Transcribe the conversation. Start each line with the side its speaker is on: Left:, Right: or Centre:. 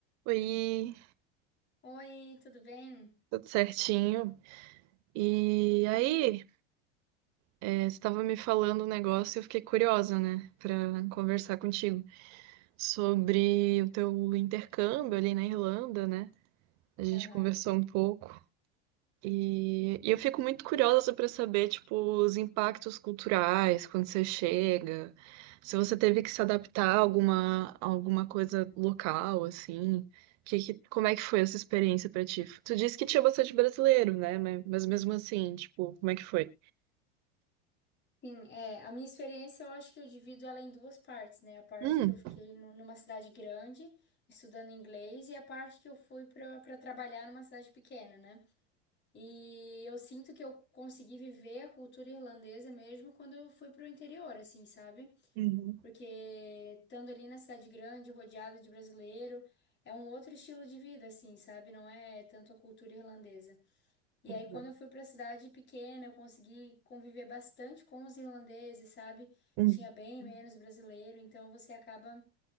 Right: Oi,
Left: Oi, tudo bem?
Right: tudo certinho. E aí,
Left: Tudo bem.
Right: é, você estava me falando um negócio e eu fiquei curiosa, né, para conversar contigo sobre o teu intercâmbio ali na Irlanda, né? A gente
Left: Aham.
Right: conversou um pouco E, e eu fico muito curiosa para saber, tipo, os impactos culturais quando você chega, se você teve que se adaptar a alguma, a alguma coisa local, assim, que, que- como é que foi essa experiência para ti? Tu disse que tinha bastante brasileiro, né? Mas, mas mesmo assim, tipo, como é que foi?
Left: Sim, é, a minha experiência eu acho que eu divido ela em duas partes, né? A parte
Right: Hum.
Left: que eu fiquei nu- numa cidade grande estudando inglês e a parte que eu fui para para trabalhar numa cidade pequena, né? E eu sinto que eu consegui viver a cultura irlandesa mesmo quando eu fui para o interior, assim, sabe?
Right: Uhum.
Left: Porque estando ali na cidade grande, rodeada de brasileiro, é um outro estilo de vida, assim, sabe? Não é tanto a cultura irlandesa. E
Right: Uhum.
Left: aí, quando eu fui para a cidade pequena, eu consegui conviver bastante com os irlandeses, sabe?
Right: Uhum.
Left: Tinha bem menos brasileiro, então você acaba